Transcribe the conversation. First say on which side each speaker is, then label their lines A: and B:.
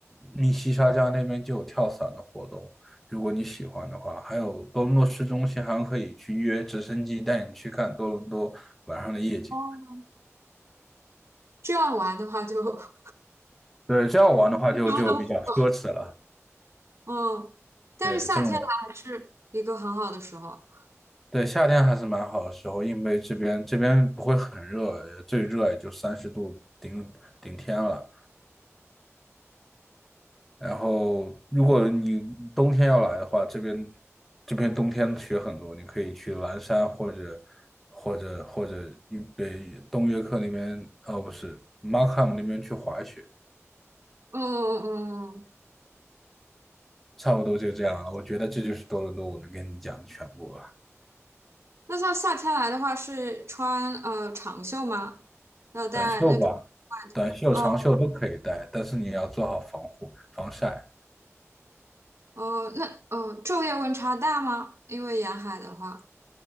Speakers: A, in the centre; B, on the right.
A: 密西沙加那边就有跳伞的活动，如果你喜欢的话，还有多伦多市中心还可以去约直升机带你去看多伦多晚上的夜景。
B: 哦，这样玩的话就 <laughs>
A: 对，这样玩的话就就比较奢侈了。
B: 一周都不够嗯，但是夏天来还是一个很好的时候，
A: 对，这么对，夏天还是蛮好的时候，因为这边这边不会很热，最热也就三十度顶顶天了。然后，如果你冬天要来的话，这边这边冬天雪很多，你可以去蓝山或者或者或者预北东约克那边，哦不是 Markham 那边去滑雪，
B: 嗯嗯嗯。
A: 差不多就这样了。我觉得这就是多伦多我能跟你讲的全部了。
B: 那像夏天来的话，是穿呃长袖吗？要带那种外
A: 短袖吧，短袖、
B: 套？
A: 长袖都可以带，
B: 哦
A: 但是你要做好防护、防晒。
B: 哦，那呃昼夜温差大吗？因为沿海的话，